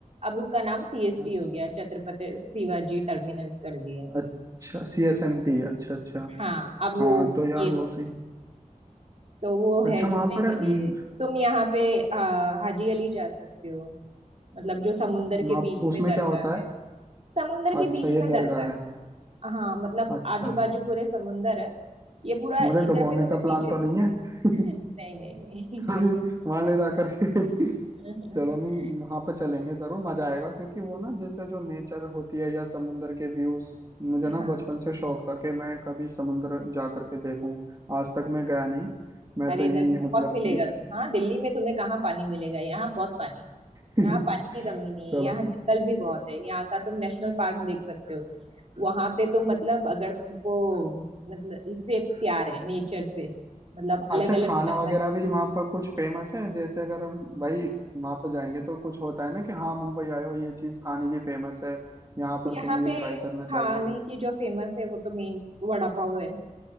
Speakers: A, on the right; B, on the right.
A: अब उसका नाम सीएसटी
B: अच्छा
A: हो गया छत्रपति शिवाजी टर्मिनल्स कर दिया है
B: अच्छा सी एस एम टी अच्छा अच्छा
A: हाँ अब वो
B: हाँ तो यार
A: ये
B: बहुत
A: हो
B: सही
A: तो वो
B: अच्छा
A: है घूमने
B: वहाँ पर
A: के लिए
B: न,
A: तुम यहाँ पे आ, हाजी अली जा सकते हो मतलब जो समुन्दर
B: वहाँ
A: के बीच
B: उसमें
A: में दरगाह
B: क्या होता है
A: है समुन्दर के
B: अच्छा
A: बीच
B: ये
A: में
B: दरगाह
A: दरगाह
B: है
A: है हाँ मतलब
B: अच्छा
A: आजू बाजू पूरे समुंदर है ये पूरा
B: मुझे
A: इधर
B: डुबोने
A: पे तो
B: का
A: मैं
B: प्लान
A: बीचेस
B: तो नहीं
A: <laughs>
B: है <laughs>
A: नहीं नहीं नहीं
B: कभी वहां ले जा करके <laughs>
A: <laughs>
B: चलो नहीं वहां पे चलेंगे जरूर मजा आएगा क्योंकि वो ना जैसे जो नेचर होती है या समुंदर के व्यूज मुझे ना
A: हाँ
B: बचपन से शौक था कि मैं कभी समुंदर जा करके देखूं आज तक मैं गया नहीं मैं
A: अरे
B: तो यही
A: इधर बहुत
B: मतलब
A: मिलेगा
B: भी-
A: हाँ दिल्ली में तुम्हें कहाँ पानी मिलेगा यहाँ बहुत पानी है।
B: <laughs>
A: यहाँ पानी की कमी नहीं
B: चलो
A: है यहाँ जंगल भी बहुत है यहाँ का तुम नेशनल पार्क देख सकते हो वहां पे तो मतलब अगर तुमको मतलब इससे प्यार है नेचर से मतलब
B: अच्छा
A: अलग अलग
B: खाना
A: जंगल
B: वगैरह भी वहाँ पर कुछ फेमस है जैसे अगर हम भाई वहाँ पर जाएंगे तो कुछ होता है ना कि हाँ मुंबई आए हो ये चीज़ खाने की फेमस है यहाँ पर
A: यहाँ
B: तुम्हें ये
A: पे
B: ट्राई करना चाहिए
A: खाने की जो फेमस है वो तो मेन वड़ा पाव है